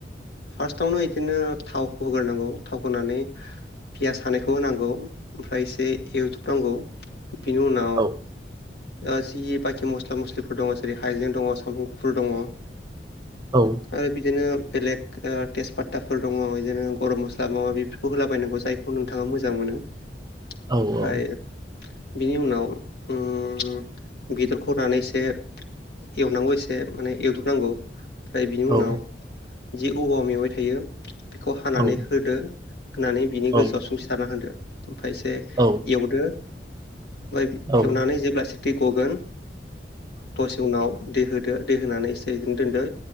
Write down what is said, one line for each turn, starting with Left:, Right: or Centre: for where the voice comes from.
Left: फार्स्टआवनो इदिनो थावखौ होगोरनांगौ थाव होनानै पियास हानायखौ होनांगौ ओमफ्राय एसे एवथब नांगौ। बिनि उनाव।
Right: औ
Left: ओ जि बाखि मस्ला मस्लिफोर दङ जेरै हाइजें दङ सामब्राम गुफुर दङ।
Right: औ
Left: आरो बिदिनो बेलेग ओ तेजपाताफोर दङ बिदिनो गरम मस्ला मा माबि बेफोरखौ होलाबायनांगौ जायखौ नोंथाङा मोजां मोनो।
Right: औ
Left: ओमफ्राय
Right: औ
Left: बिनि उनाव उम बेदरखौ होनानै एसे एवनांगौ एसे माने एवदबनांगौ फ्राय बिनि
Right: औ
Left: उनाव जि औवा मेवाय थायो बेखौ हानानै
Right: औ
Left: होदो होनानै बिनि
Right: औ
Left: गोजौआव संख्रिसारना होदो ओमफ्राय एसे
Right: औ
Left: एवदो मायबि
Right: औ
Left: खेवनानै जेब्ला दै गगोन दसे उनाव दै हो दो दै होनानै इसे यिदिनो दोनदो